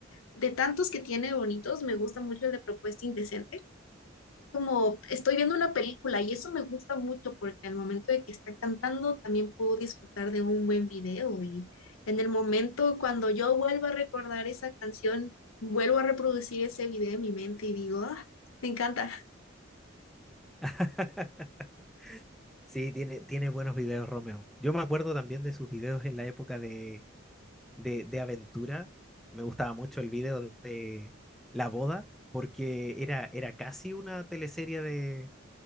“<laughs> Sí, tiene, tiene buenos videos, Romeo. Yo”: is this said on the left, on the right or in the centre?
Centre